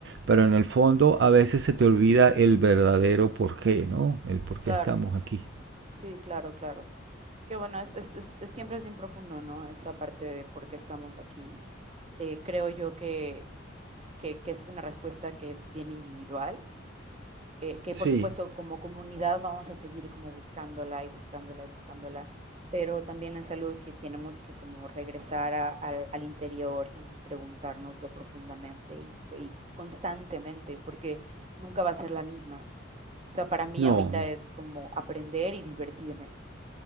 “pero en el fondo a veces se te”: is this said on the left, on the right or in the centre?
Right